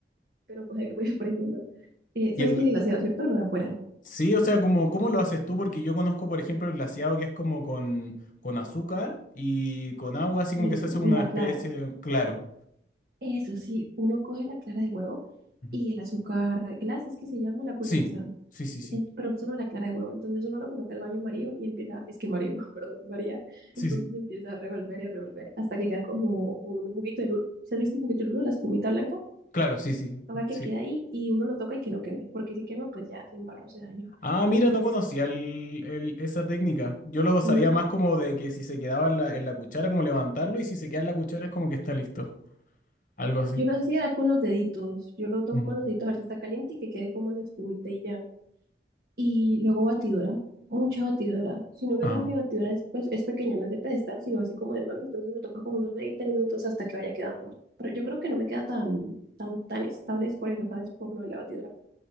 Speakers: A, on the right (about 55°); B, on the left (about 45°).
A: pero pues ahí voy <laughs> aprendiendo. Eh,
B: Y
A: ¿sabes
B: el,
A: qué
B: gl-
A: es el glaseado, cierto? Lo de afuera.
B: sí, o sea, como, ¿cómo lo haces tú? Porque yo conozco por ejemplo el glaseado que es como con, con azúcar y con agua, así como
A: y,
B: que
A: hu-
B: se hace una
A: y la
B: especie
A: clara.
B: de... Claro.
A: Eso sí, uno coge la clara de huevo
B: Ujú.
A: y el azúcar glass, es que se llama la pulverizada,
B: Sí, sí, sí, sí,
A: en- pero solo la clara de huevo. Entonces uno lo coloca al baño María y empieza, es que María, <laughs> perdón, María.
B: sí,
A: Entonces
B: sí.
A: empieza a revolver y a revolver hasta que queda como un juguito de lulo. ¿Se has visto el juguito de lulo, la espumita blanca?
B: Claro, sí, sí,
A: Toca que
B: sí.
A: queda ahí y uno lo toca y que no queme, porque si quema, pues ya se embarró, se daño
B: Ah, mira,
A: Entonces,
B: no conocía el- el- esa técnica. Yo lo sabía
A: ujú.
B: más como de que si se quedaba en la, en la cuchara, como levantarlo, y si se queda en la cuchara es como que está listo. Algo así.
A: yo lo hacía era con los deditos. Yo lo toco
B: Ujú.
A: con los deditos a ver si está caliente y que quede como la espumita y ya. y luego batidora, mucha batidora, sino que
B: Ajá.
A: como mi batidora es, pues, es pequeña, no es de pedestal, sino así como de mano, entonces me toca como unos 20 minutos hasta que vaya quedando. Pero yo creo que no me queda tan, tan, tan estable, es por eso, ¿sabes? Por lo de la batidora.